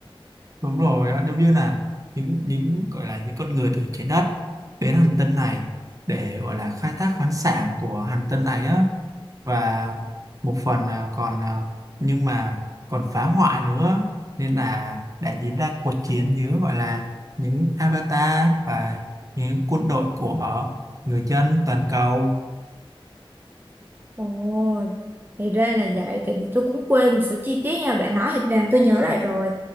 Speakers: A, on the right; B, on the right.
A: đúng rồi á, giống như là những những gọi là những con người từ trái đất đến hành tinh này để gọi là khai thác khoáng sản của hành tinh này á và một phần là còn à, nhưng mà còn phá hoại nữa nên là đã diễn ra cuộc chiến giữa gọi là những avatar và những quân đội của người dân toàn cầu
B: Ồ, thì ra là vậy, tại vì tôi cũng quên một số chi tiết nha, bạn nói thì làm tôi nhớ lại rồi.